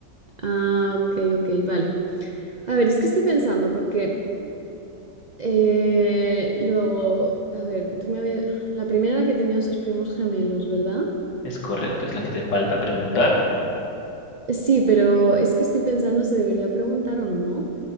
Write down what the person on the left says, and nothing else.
Es correcto. Es la que te falta preguntar.